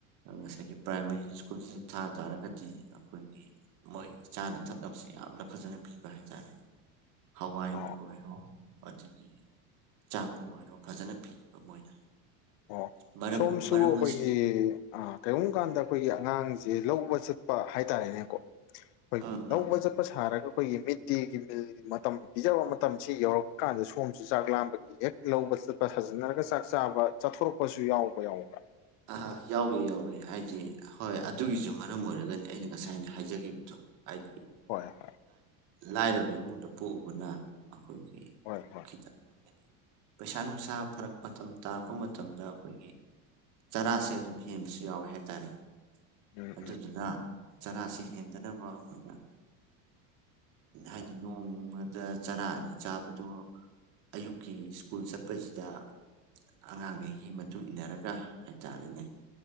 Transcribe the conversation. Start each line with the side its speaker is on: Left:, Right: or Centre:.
Right: ꯉꯁꯥꯏꯒꯤ ꯄ꯭ꯔꯥꯏꯃꯥꯔꯤ ꯁ꯭ꯀꯨꯜꯁꯤꯗ ꯊꯥ ꯇꯥꯔꯒꯗꯤ ꯑꯩꯈꯣꯏꯒꯤ ꯃꯣꯏꯒꯤ ꯆꯥꯅ ꯊꯛꯅꯕꯁꯤ ꯌꯥꯝꯅ ꯐꯖꯅ ꯄꯤꯕ ꯍꯥꯏꯇꯥꯔꯦ ꯍꯋꯥꯏꯕꯨ
Left: ꯑꯣ
Right: ꯑꯣꯏꯔꯣ ꯑꯗꯨꯗꯒꯤ ꯆꯥꯛꯄꯨ ꯑꯣꯏꯔꯣ ꯐꯖꯅ ꯄꯤꯕ ꯃꯣꯏꯅ
Left: ꯑꯣ
Right: ꯃꯔꯝ
Left: ꯁꯣꯝꯁꯨ
Right: ꯃꯔꯝ
Left: ꯑꯩꯈꯣꯏꯒꯤ
Right: ꯑꯁꯤ
Left: ꯑꯥ ꯀꯔꯤꯒꯨꯝꯕ ꯀꯥꯟꯗ ꯑꯩꯈꯣꯏꯒꯤ ꯑꯉꯥꯡꯁꯦ ꯂꯧꯕ ꯆꯠꯄ ꯍꯥꯏꯇꯥꯔꯦꯅꯦꯀꯣ ꯑꯩꯈꯣꯏꯒꯤ
Right: ꯎꯝ
Left: ꯂꯧꯕ
Right: ꯎꯝ
Left: ꯆꯠꯄ ꯁꯥꯔꯒ ꯑꯩꯈꯣꯏꯒꯤ ꯃꯤꯗ ꯗꯦꯒꯤ ꯃꯤꯜ ꯃꯇꯝ ꯄꯤꯖꯕ ꯃꯇꯝꯁꯤ ꯌꯧꯔꯛꯄ ꯀꯥꯟꯗ ꯁꯣꯝꯁꯨ ꯆꯥꯛ ꯂꯥꯝꯕꯒꯤ ꯍꯦꯛ ꯂꯧꯕ ꯆꯠꯄ ꯁꯥꯖꯤꯟꯅꯔꯒ ꯆꯥꯛ ꯆꯥꯕ ꯆꯠꯊꯣꯔꯛꯄꯁꯨ ꯌꯥꯎꯕ ꯌꯥꯎꯕ꯭ꯔꯥ
Right: ꯑꯥ ꯌꯥꯎꯋꯦ ꯌꯥꯎꯋꯦ ꯍꯥꯏꯗꯤ ꯍꯣꯏ ꯑꯗꯨꯒꯤꯁꯨ ꯃꯔꯝ ꯑꯣꯏꯔꯒꯅꯤ ꯑꯩꯅ ꯉꯁꯥꯏꯅ ꯍꯥꯏꯖꯈꯤꯕꯗꯣ ꯍꯥꯏꯗꯤ
Left: ꯍꯣꯏ ꯍꯣꯏ
Right: ꯂꯥꯏꯔꯕ ꯏꯃꯨꯡꯗ ꯄꯣꯛꯎꯨꯕꯅ ꯑꯩꯈꯣꯏꯒꯤ
Left: ꯍꯣꯏ ꯍꯣꯏ
Right: ꯈꯤꯇꯪ ꯍꯥꯏꯗꯤ ꯄꯩꯁꯥ ꯅꯨꯡꯁꯥ ꯐꯔꯛ ꯃꯇꯝ ꯇꯥꯔꯛꯄ ꯃꯇꯝꯗ ꯑꯩꯈꯣꯏꯒꯤ ꯆꯔꯥꯁꯦ ꯑꯗꯨꯝ ꯍꯦꯟꯕꯁꯨ ꯌꯥꯎꯋꯦ ꯍꯥꯏꯇꯥꯔꯦꯅꯦ
Left: ꯎꯝ ꯎꯝ
Right: ꯑꯗꯨꯗꯨꯅ ꯆꯔꯥꯁꯤ ꯍꯦꯟꯗꯅꯕ ꯑꯩꯈꯣꯏꯅ ꯍꯥꯏꯗꯤ ꯅꯣꯡꯃꯗ ꯆꯥꯔ ꯑꯅꯤ ꯆꯥꯕꯗꯣ ꯑꯌꯨꯛꯀꯤ ꯁ꯭ꯀꯨꯜ ꯆꯠꯄꯁꯤꯗ ꯑꯉꯥꯡꯈꯩꯒꯤ ꯃꯇꯨꯡ ꯏꯟꯅꯔꯒ ꯍꯥꯏꯇꯥꯔꯦꯅꯦ